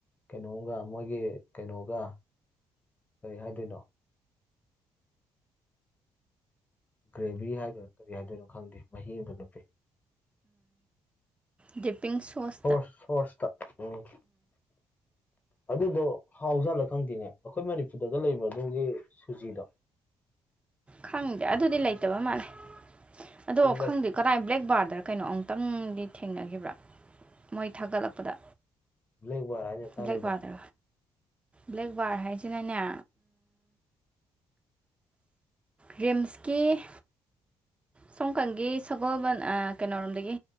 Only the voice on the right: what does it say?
ꯗꯤꯞꯄꯤꯡ ꯁꯣꯁ
ꯈꯪꯗꯦ ꯑꯗꯨꯗꯤ ꯂꯩꯇꯕ ꯃꯥꯜꯂꯦ ꯑꯗꯣ
ꯈꯪ <unintelligible> ꯀꯗꯥꯏ ꯕ꯭ꯂꯦꯛ ꯕꯥꯔꯗꯔ ꯀꯩꯅꯣ ꯑꯃꯨꯛꯇꯪꯗꯤ ꯊꯦꯡꯅꯈꯤꯕ꯭ꯔꯥ ꯃꯣꯏ ꯊꯥꯒꯠꯂꯛꯄꯗ
ꯕ꯭ꯂꯦꯛ
ꯕꯥꯔ ꯇ ꯕ꯭ꯂꯦꯛ ꯕꯥꯔ ꯍꯥꯏꯁꯤꯅꯅꯦ ꯔꯤꯝꯁꯀꯤ ꯁꯣꯝꯀꯟꯒꯤ ꯁꯒꯣꯜꯕꯟ ꯀꯩꯅꯣꯔꯣꯝꯗꯒꯤ